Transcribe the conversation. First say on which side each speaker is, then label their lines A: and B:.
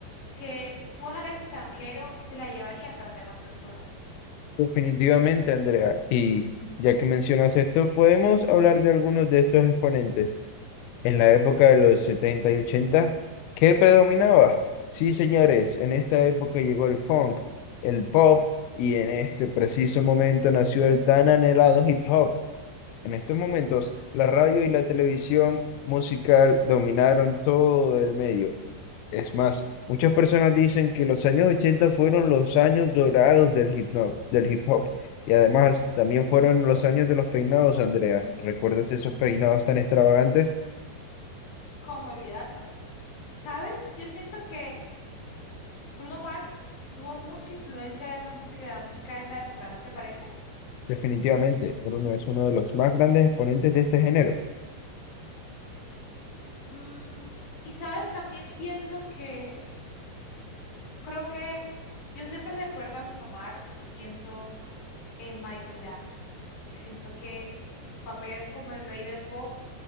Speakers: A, on the left (about 50°); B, on the left (about 90°).
A: que si tú vas al extranjero se la llevarías a las demás personas.
B: Definitivamente, Andrea. Y ya que mencionas esto, podemos hablar de algunos de estos exponentes. en la época de los 70 y 80, ¿qué predominaba? Sí, señores, en esta época llegó el funk, el pop, y en este preciso momento nació el tan anhelado hip hop. En estos momentos, la radio y la televisión musical dominaron todo el medio. Es más, muchas personas dicen que los años 80 fueron los años dorados del hip hop, del hip hop. Y además, también fueron los años de los peinados, Andrea. ¿Recuerdas esos peinados tan extravagantes?
A: ¿Cómo olvidarlos? ¿Sabes? Yo siento que Bruno Mars tuvo mucha influencia de esa música y de la música de esa época, ¿no te parece?
B: Definitivamente, Bruno es uno de los más grandes exponentes de este género.
A: Mm, y sabes, también pienso que creo que yo siempre recuerdo a Bruno Mars y pienso en Michael Jackson, que siento que su papel como el rey del pop